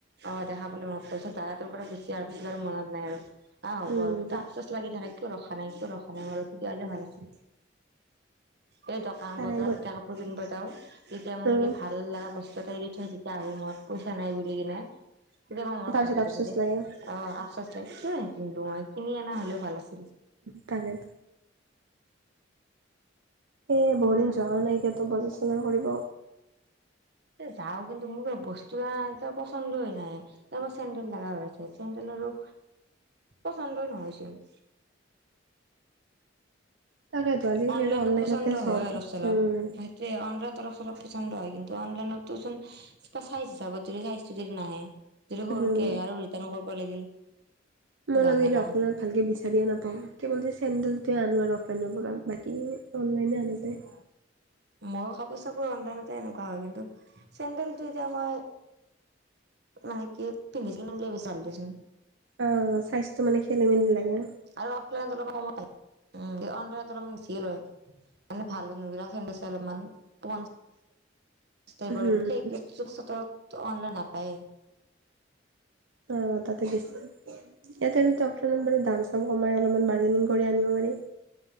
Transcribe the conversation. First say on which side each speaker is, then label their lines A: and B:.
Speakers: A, on the right (about 60°); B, on the right (about 85°).
A: অ', দেখাপালে মনত পৰে পিছত জাগাটোৰ পৰা গুচি আহাৰ পিছত আৰু মনত নাই আৰু অ', হ'ব
B: উম,
A: আৰু কিন্তু আপচু লাগি থাকে কিয় ৰখা নাই, কিয় ৰখা নাই ৰখি দিয়া হ'লে ভাল আছিল। এই দকা ন
B: তাৰে
A: বজাৰত
B: গৈ
A: <unintelligible> কাপোৰ কিনিব যাওঁ, তেতিয়া মানে
B: উম,
A: কি ভাল লগা বস্তু এটা এৰি থৈ যেতিয়া আহোঁ মই পইচা নাই বুলি কিনে, তেতিয়া মই মনত
B: তাৰপিছত
A: ভাবি
B: আফচোচ
A: থাকোঁ যে
B: লাগে
A: আপচ'চ <unintelligible> কিন্তু মই কিনি অনা হ'লেও ভাল আছিল।
B: তাকে। এ, বহুদিন যোৱা নাইকিয়াতো বজাৰ চজাৰ কৰিব।
A: এ, যাওঁ কিন্তু মোৰ এই বস্তু এ, <unintelligible> পচন্দই নাই। এতিয়া মোৰ চেণ্ডেল লাগা হৈ আছে, চেণ্ডেলৰো পচন্দই নহয় চোন।
B: তাকেতো আজিকালি
A: অনলাইনত
B: আৰু অনলাইনতে
A: পচন্দ
B: চব
A: হয়, অলপ চলপ।
B: উম,
A: অনলাইন তৰফৰ পচন্দ হয় কিন্তু অনলাইতো চোন তাৰ চাইজ হিচাপত যদি চাইজটো যদি নাহে। যদি
B: উম।
A: সৰুকে আহে আৰু ৰিটাৰ্ণ কৰিব লাগিল।
B: <inaudible> ভালকে
A: জামেলা
B: বিচাৰিয়ে নাপাওঁ কেৱল যে চেণ্ডেলটোৱে আনো আৰু অফলাইনৰ পৰা বাকী অনলাইনে আনা যায়।
A: মই কাপোৰ চাপোৰ অনলাইনতে এনেকুৱা হয়। কিন্তু চেণ্ডেলটো এতিয়া মই মানে কি পিন্ধি কিনে আনিলে বেছি ভাল দেচোন।
B: অ', চাইজটো মানে খেলি মেলি লাগে।
A: আৰু অফলাইনত অলপমান কম উম, অনলাইনত অলপ বেছিয়ে লয় মানে ভাল মানে অলপমান <unintelligible>
B: উম,
A: অনলাইন নাপায়ে।
B: অ', তাতে বেছি ইয়াতে আৰু ইয়াতে আমি অফলাইনত মানে দাম চাম কমাই অলপমান বাৰ্গেনিং কৰি আনিব পাৰি।